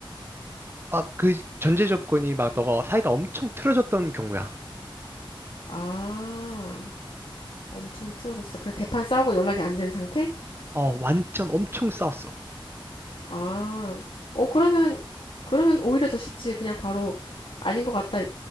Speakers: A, on the right (about 25°); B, on the left (about 70°).
A: 막 그 전제 조건이 막 너가 사이가 엄청 틀어졌던 경우야.
B: 아. 엄청 틀어졌어. 그냥 대판 싸우고 연락이 안 된 상태?
A: 어, 완전 엄청 싸웠어.
B: 아, 어, 그러면, 그러면 오히려 더 쉽지. 그냥 바로 아닌 것 같다.